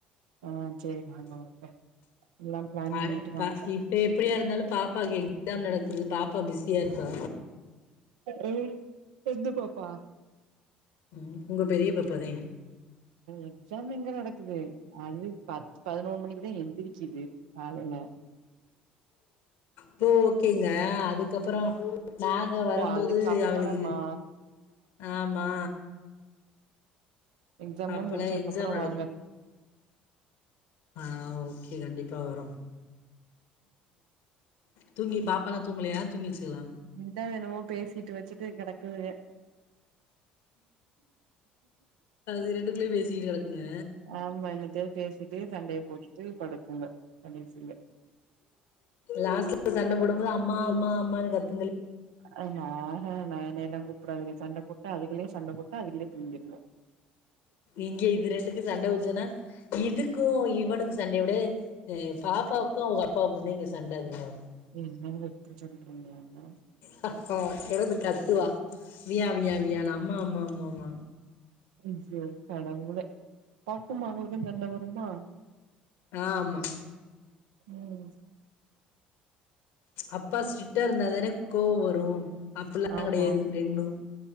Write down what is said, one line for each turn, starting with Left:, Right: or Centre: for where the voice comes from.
Right: ஆஹ் சரி வாங்க வாங்க எல்லா பிளான்
Left: ஆ
Right: பண்ணிட்டு
Left: ப
Right: வாங்க
Left: இப்ப எப்டியா இருந்தாலும் பாப்பாக்கு எக்ஸாம் நடக்கு து பாப்பா பிஸியா இருப்பா
Right: அ எந்த பாப்பா
Left: உம் உங்க பெரிய பாப்பாதென்
Right: எக்ஸாம் எங்க நடக்குது அது பத்து பதினொரு மணிக்கு இப்பதான் எந்திரிகுது காலைல
Left: இப்போ ஓகேங்க அதுக்கப்பறம் நாங்க வரும்போது
Right: ஓ அதுக்கு அப்பறமா
Left: அவளுக்கு ஆமா
Right: எக்ஸாம் எல்லாம்
Left: அப்பல்லா
Right: முடிச்சதுக்கு
Left: எக்ஸாம்
Right: அப்பறம் வாங்க
Left: ஆஹ் ஓகே கண்டிப்பா ப வரோம் தூங்கி பாப்ப எலாம் தூங்கலயா தூங்கிர்சுகலாம்
Right: இந்த எணமோ பேசிட்டு வச்சுட்டு கெடக்குதுங்க
Left: அது ரெண்டுக்குள்ளயே பேசிக்கிட்டு கெடக்குங்க
Right: ஆமா என்னதயோ பேசிட்டு சண்டய போ துளி படுக்குங்க கடைசியில
Left: லாஸ்ட்ல சண்ட போடும்போது அம்மா அம்மா அம்மனு கத்து
Right: அஹ் நானா நா கூப்பிடாதுங்க சண்ட போட்டா அதுங்களே சண்ட போட்டு அதுங்களே தூங்கிருங்க
Left: இங்க இது ரெண்டுக்கு சண்ட உஜன்னா இதுக்கும் இவனுக்கு சண்டய விட பாப்பாவுக்கும் அவங்க அப்பாவுக்கும்ந்த இங்க சண்ட அதிக இருக்கும்
Right: என்ன வொட்று <unintelligible> <unintelligible>
Left: ஹஹ கடது கத்துவா வியா வியா வியானு அம்மா அம்மா ஆமாம்மா
Right: ஐயோ கடவுளே பாப்பமா அவங்களுக்கு சண்ட வருமா
Left: ஆமா
Right: உம்
Left: அப்பா ஸ்ட்ரிக்ட் இருந்தா தானே கோவம் வரும் வரும் அப்ப எல்லாம்
Right: ஆமா
Left: கிடையாது ரெண்டும்